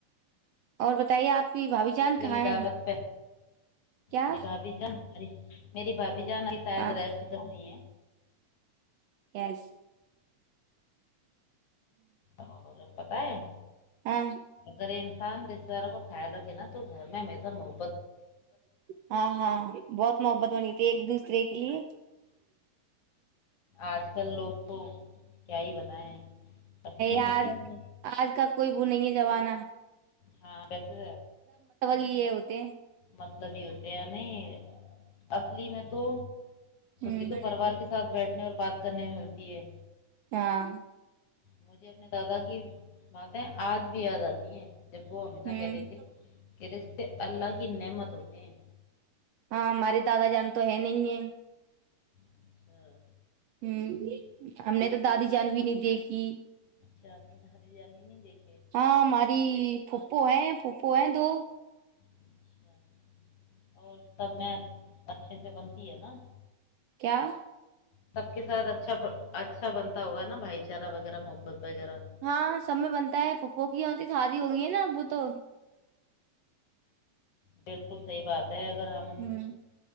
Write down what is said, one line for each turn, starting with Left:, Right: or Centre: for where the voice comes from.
Right: اور بتائیے آپ بھاابھی جان
Left: کبھی
Right: کہاں ہے
Left: دعوت پہ
Right: کیا
Left: میری بھابھی جان میری بھائی <unintelligible> بجانلتارا
Right: ہاں
Left: اس کسنی
Right: گس
Left: اور پت ہے
Right: ہاں
Left: کریں <unintelligible> شان رشتے دار کا خیال رکھے نا تو گھر میں ہمیز م ہو
Right: ہاں ہاں بہت محبت بنی تھی ایک دوسرے کے لیے
Left: آج کل لوگ تو کیا ہی بتائیں اصلی
Right: آج
Left: خوشی
Right: آج کا کوئی وہ نہیں ہے جبانا
Left: ہاں ویسے
Right: ہی یہ ہوتے ہیں
Left: مطلبب ہی ہوتے ہیں نہیں اصلی میں تو
Right: ہ
Left: خی تو پرریوار کے ساتھ بیٹھے نے اور بات کرنے میں ملتی ہے
Right: ہاں
Left: مجھے اپنے دادا کی باتیں آج بھی یاد آتی ہیں جب وہ ہمی
Right: ہوں
Left: ت کہتے تھے کہ ر اللہ کی نمت ہوتے ہیں
Right: ہاں ہمارے دادا جان تو ہے نہیں ہے
Left: اچھا
Right: ہ
Left: بالکل
Right: ہم نے تو دادی جان بھی نہیں دیکھی
Left: اچھا آپ بریانی نہیں دیکھی
Right: ہاں ماری پھوپو ہے فوپو ہے دو
Left: اچھا اور سب مچ اچھے سے بنتی ہے نا
Right: کیا
Left: سب کے ساتھ اچھا اچھا بنتا ہوگ نا بھائی چارہ وغیرہ محبت وغیرہ
Right: ہاں سب میں بنتا ہے پپو کی ہوتی تھال ہو گی نا ابو تو
Left: بالکل صحیح بات ہے اگر ہم
Right: ہ